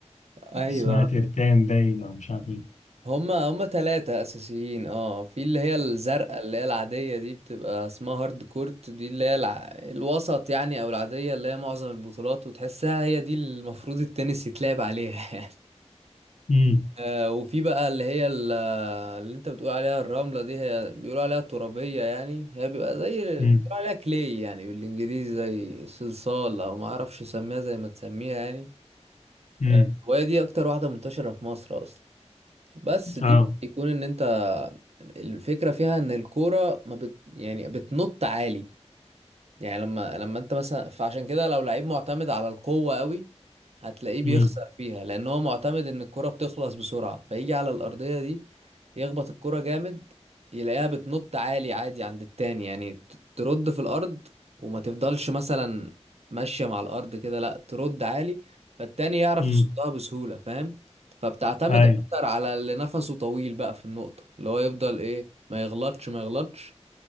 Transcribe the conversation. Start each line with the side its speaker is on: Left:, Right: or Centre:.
Right: ايوه
Left: اسمها ترتان باين او مش عارف ايه
Right: هما هما ثلاثة أساسيين اه في اللي هي الزرقاء اللي هي العادية دي بتبقى اسمها هارد كورت دي اللي هي الع... الوسط يعني أو العادية اللي هي معظم البطولات وتحسها هي دي المفروض التنس يتلعب عليها <laughs> يعني
Left: امم
Right: آه وفي بقى اللي هي ال- اللي انت بتقول عليها الرملة دي هي بيقولوا عليها الترابية يعني هي بيبقى زي
Left: امم
Right: بيقولوا عليها كلي يعني بالانجليزي زي صلصال او ما اعرفش اسميها زي ما تسميها يعني
Left: امم
Right: آه، وهي دي اكتر واحدة منتشرة في مصر اصلا بس دي
Left: اه
Right: بيكون ان انت الفكرة فيها ان الكورة ما بت يعني بتنط عالي يعني لما لما انت مثلا فعشان كده لو لعيب معتمد على القوة قوي هتلاقيه بيخسر
Left: امم
Right: فيها لان هو معتمد ان الكرة بتخلص بسرعة فيجي على الأرضية دي يخبط الكرة جامد يلاقيها بتنط عالي عادي عند التاني يعني ت- ترد في الأرض وما تفضلش مثلا ماشية مع الأرض كده لا ترد عالي فالتاني يعرف
Left: امم
Right: يصدها بسهولة فاهم فبتعتمد
Left: ايوه
Right: اكتر على اللي نفسه طويل بقى في النقطة اللي هو يفضل ايه ما يغلطش ما يغلطش